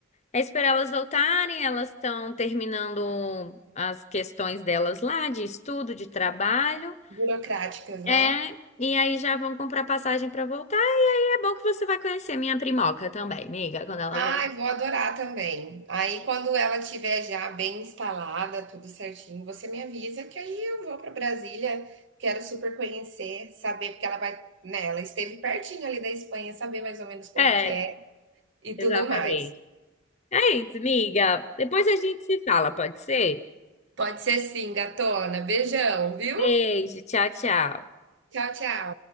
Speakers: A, on the left (about 30°); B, on the right (about 60°).
A: é esperar elas voltarem. Elas estão terminando as questões delas lá, de estudo, de trabalho.
B: Burocráticas,
A: É,
B: né?
A: e aí já vão comprar passagem para voltar. E aí é bom que você vai conhecer a minha primoca também, amiga, quando ela
B: Ai,
A: voltar.
B: vou adorar também. Aí, quando ela tiver já bem instalada, tudo certinho, você me avisa que aí eu vou para Brasília. Quero super conhecer, saber, porque ela vai, né? Ela esteve pertinho ali da Espanha, saber mais ou menos como
A: É,
B: que é e
A: exatamente.
B: tudo mais.
A: É isso, amiga. Depois a gente se fala, pode ser?
B: Pode ser sim, gatona. Beijão, viu?
A: Beijo, tchau, tchau.
B: Tchau, tchau.